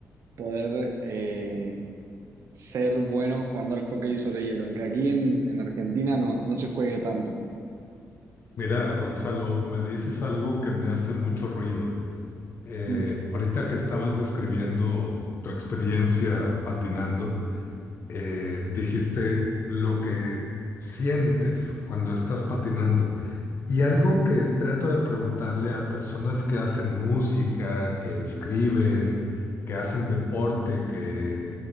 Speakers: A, on the right; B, on the left.
A: poder... eh, ser bueno jugando al hockey sobre hielo, aunque aquí en, en Argentina no, no se juegue tanto.
B: Mira, Gonzalo, me dices algo que me hace mucho ruido. Eh,
A: Mm.
B: ahorita que estabas describiendo tu experiencia patinando, eh, dijiste lo que sientes cuando estás patinando. Y algo que trato de preguntarle a personas que hacen música, que escriben, que hacen deporte, que